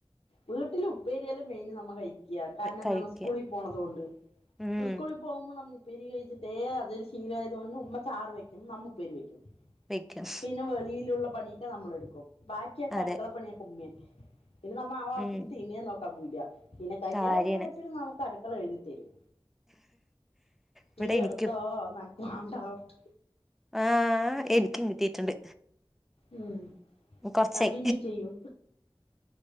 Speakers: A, on the left (about 85°); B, in the centre.
A: വീട്ടിൽ ഉപ്പേരിയല്ലും മെയിന് നമ്മ കഴിക്ക്യാ കാരണം
B: കഴിക്ക
A: എന്താണ് സ്കൂളിൽ പോണത്കൊണ്ട്
B: ഉം
A: സ്കൂളിൽ പോകുമ്പോ നമ്മ ഉപ്പരി കഴിച്ചിട്ടേ അതൊരു ശീലായത് കൊണ്ട് ഉമ്മ ചാറ് വെക്കും നമ്മ ഉപ്പേരി വെക്കും
B: വെക്കും
A: പിന്നെ വെളിയിലുള്ള പണിയൊക്കെ നമ്മളെടുക്കും ബാക്കിയൊക്കെ
B: അതെ
A: അടുക്കള പണിയൊക്കെ ഉമ്മെന്നെ മ്മാവാത്തിക്ക്
B: ഉം
A: തിരിഞ്ഞേ നോക്കാൻ പോവുല പിന്നെ കല്യാണം
B: കാര്യാണ്
A: കഴിഞ്ഞെ പിന്നെ നമുക്ക് അടുക്കള എഴുതി തരും
B: ഇവിടെ
A: നീ
B: എനിക്കും
A: എടുത്തോ എനക്ക് വേണ്ടാ പറഞ്ഞിട്ട്
B: ആഹ് എനിക്കും കിട്ടീട്ടുണ്ട്
A: ഉം
B: കൊറച്ചായി
A: കണ്ടിന്യൂ ചെയ്യൂ